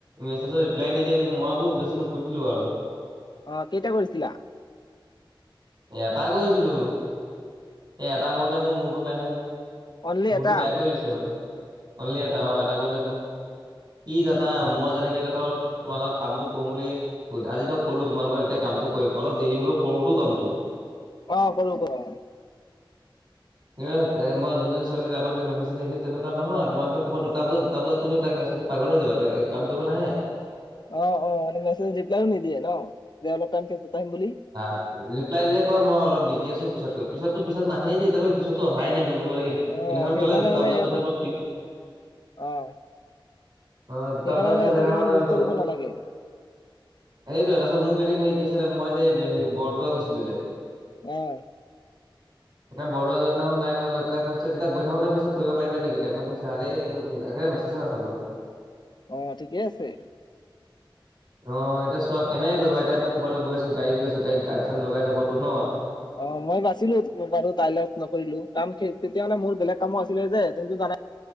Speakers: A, on the right; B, on the left.
A: মেছেজৰ ৰিপ্লাই নিদিয়ে মই আকৌ উকযাচি নুসুধিলো আৰু
B: অ কেইটা কৰিছিলা?
A: এটা কৰিছিলো এই এটা কৰোতে মোৰ মূৰটো বেয়া হৈ গ'ল।
B: অনলি
A: মোৰতো
B: এটা
A: বেয়া কৰি দিছে মানে অনলি এটা অ এটা কৰোতে মোৰ কি জানা মই যেনেকে এতিয়া ধৰ তোমালোকৰ কামটো কৰিম বুলি আজি ধক কলো তোমালোকৰ এতিয়া কামটো কৰিম অলপ দেৰি হলেও কৰোতো কামটো
B: অ কৰো কৰা
A: কিন্তু এ মই যোনজনী ছোৱালী আমাক যে মেছেজ দিছিলে সেইজনী তেনেকুৱা নহয় তোমাক ধৰ ক'ব দুটা বজাত দুটা বজাত তুমি তাক মেচে্জ পাগলৈ যাবা ত কাম কৰিব নাহে
B: অ অ মেছেজ ৰিপ্লাইয়ও নিদিয়ে ন দে অলপ টাইমৰ পিছত আহিম বুলি
A: <inaudible> ৰিপ্লাইদিলে কয় মই অলপ বিজি আছো পিছত কৰিম পিছতো পিত নাহে যে এতিয়ালৈকে পিছত অহাই নাই মোৰ লগতে সেইদিনাখন
B: অ সেইকাৰণে
A: ক'লে দুটা
B: মানে
A: বজাৰ
B: ইহঁতৰ
A: পিছত মই ফি
B: অ
A: অ দুটা
B: সেইকাৰণে
A: বজাৰ
B: মানে
A: পিছত
B: সিহঁতক
A: সেইদিখন
B: ইমান গুৰুত্ব
A: আৰু
B: দিব নালাগে
A: সেইটোয়েই তাৰপিছত মোক এদিন হেই কি আছিলে মই যে হেই বৰদোৱা গৈছিলো যে
B: অ'।
A: <inaudible> এতিয়া বৰদোৱা যোৱাদিনাখন তাই এতিয়া গৈ থাকো তাতে গৈ থাকোতে সুধিছে কৰিব পাৰিবা নেকি এতিয়াই কৈছা আৰে এই <unintelligible> নাচলো মই।
B: অ' ঠিকেই আছে।
A: অ' এতিয়া চোৱা কেনেকে কৰিবা, এতিয়া মই ক'বালৈ গৈ আছো গাড়ীত গৈছো গাড়ীত গান চান লগাই যাবতো ন।
B: অ' মই বাচিলো বাৰু তাই লগত নকৰিলো। কাম তেতিয়া মানে মোৰ বেলেগ কামো আছিলে যে সেইটো কাৰণে